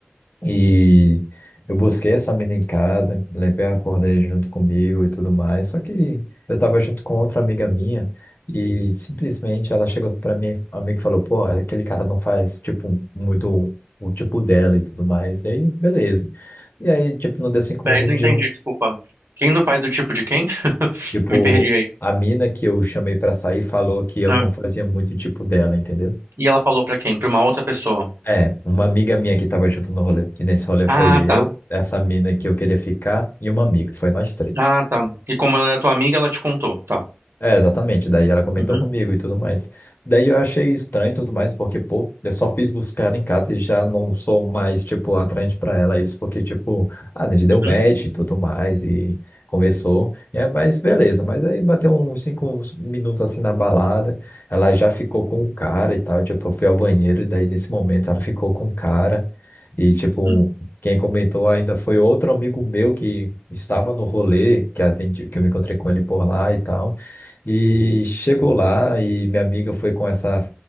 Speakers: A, on the left; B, on the right.
A: E eu busquei essa menina em casa, levei a cordeira junto comigo e tudo mais. Só que eu tava junto com outra amiga minha e simplesmente ela chegou pra mim, amigo e falou: pô, aquele cara não faz, tipo, muito o tipo dela e tudo mais. E aí, beleza. E aí, tipo, não deu cinco
B: Peraí,
A: minutos
B: não entendi,
A: de.
B: desculpa. Quem não faz do tipo de quem? <laughs>
A: Tipo,
B: Me perdi aí.
A: a mina que eu chamei pra sair falou que eu
B: Ah,
A: não fazia muito o tipo dela, entendeu?
B: E ela falou pra quem? Pra uma outra pessoa.
A: É, uma amiga minha que tava junto no rolê. E nesse rolê
B: Ah,
A: foi eu,
B: tá.
A: essa mina que eu queria ficar e uma amiga. Foi nós três.
B: Ah, tá. E como ela é tua amiga, ela te contou. Tá.
A: É, exatamente. Daí ela comentou
B: Uhum.
A: comigo e tudo mais. Daí eu achei estranho e tudo mais, porque, pô, eu só fiz buscar ela em casa e já não sou mais, tipo, atraente pra ela. Isso porque, tipo, a gente deu
B: Uhum.
A: match e tudo mais e conversou. É, mas beleza. Mas aí bateu uns cinco minutos assim na balada. Ela já ficou com o cara e tal. Tipo, eu fui ao banheiro e daí nesse momento ela ficou com o cara. E, tipo,
B: Uhum.
A: quem comentou ainda foi outro amigo meu que estava no rolê, que a gente, que eu me encontrei com ele por lá e tal. E chegou lá e minha amiga foi com essa